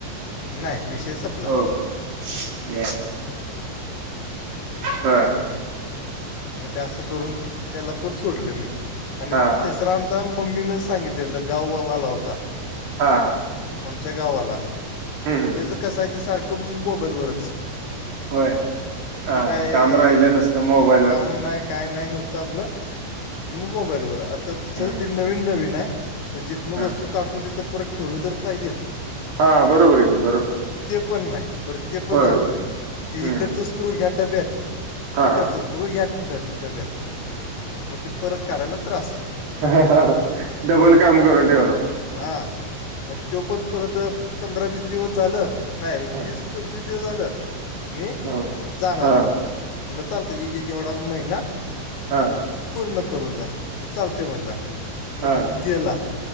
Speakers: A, on the left; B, on the right.
A: नाही विषय सपला.
B: हो बर. बर.
A: मग ते असं करून त्याला पण सोडलं मी आणि
B: हा
A: ते तिसरा आम चा मम्मीनं सांगितलेल गाववाला होता.
B: हा.
A: आमच्या गावाला
B: हम्म
A: तेचं कसं आहे ते सारखं मोबाईलवरच.
B: होय हा
A: ते काय
B: काम राइल नुस्त मोबाईलवर
A: काम नाही
B: हा.
A: काय नाही नुसतं आपलं म मोबाईलवर आता
B: हम्म
A: चल ते नवीन नवीन आहे. पण जिथनं वस्तू
B: हा
A: काढतोय तिथं परत ठेवलं तर पाहिजेल.
B: हा बरोबर घेऊ बरोबर.
A: ते पण नाही बरं ते पण
B: होय
A: जाऊ दे ते
B: हम्म
A: इकडचंच करू ह्या डब्यात.
B: हा
A: हे करतच करू या ड डब्यात मग ते परत काढायला त्रास.
B: हा हा डबल
A: मग ते
B: काम करून ठेवलं.
A: हां. मग तो पण परत पंधरा वीस दिवस झालं नाही
B: हं.
A: वीस पंचवीस दिवस झाल. मी
B: हं.
A: जाणार
B: हां.
A: आहे म्हटलं चालतयं य ये ये येवढा महिना
B: हा.
A: पूर्ण करून जा चालते म्हणला मग
B: हां.
A: गे गेला.